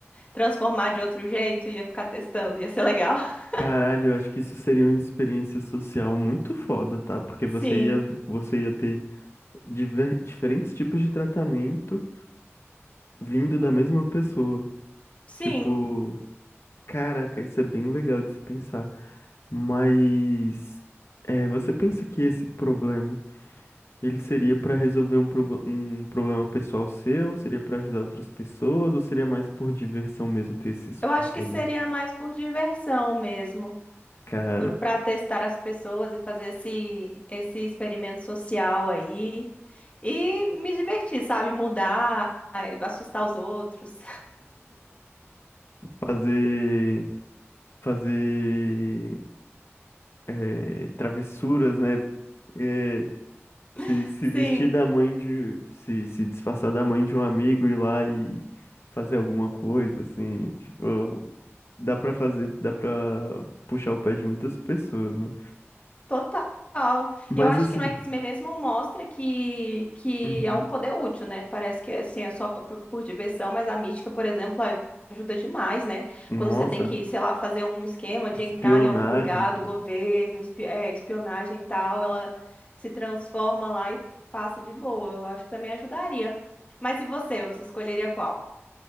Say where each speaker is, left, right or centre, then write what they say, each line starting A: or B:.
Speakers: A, on the left (about 30°); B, on the left (about 60°).
A: transformar de outro jeito? Ia ficar testando, ia ser legal. <laughs>
B: Caralho, eu acho que isso seria uma experiência social muito foda, tá? Porque você
A: Sim,
B: ia, você ia ter diver- diferentes tipos de tratamento vindo da mesma pessoa.
A: sim.
B: Tipo, caraca, isso é bem legal de se pensar. Mas é, você pensa que esse problema, ele seria pra resolver um, prob- um problema pessoal seu? Seria pra ajudar outras pessoas? Ou seria mais por diversão mesmo ter esse superpoder?
A: Eu acho que seria mais por diversão mesmo.
B: Cara,
A: para testar as pessoas e fazer esse, esse experimento social aí e me divertir, sabe? Mudar, ai, assustar os outros.
B: fazer, fazer é, travessuras, né? É, se,
A: <laughs>
B: se
A: Sim.
B: vestir da mãe de. Se, se disfarçar da mãe de um amigo, ir lá e fazer alguma coisa, assim. Tipo, dá pra fazer, dá pra puxar o pé de muitas pessoas, né?
A: Total.
B: Mas
A: E eu acho
B: assim.
A: que no X-Men mesmo mostra que, que
B: uhum.
A: é um poder útil, né? Parece que assim, é só por, por diversão, mas a mística, por exemplo, a- ajuda demais, né?
B: Nossa,
A: Quando você tem que, sei lá, fazer um esquema
B: espionagem,
A: de entrar em algum lugar
B: pô.
A: do governo, espi- é, espionagem e tal, ela se transforma lá e passa de boa. Eu acho que também ajudaria. Mas e você? Você escolheria qual?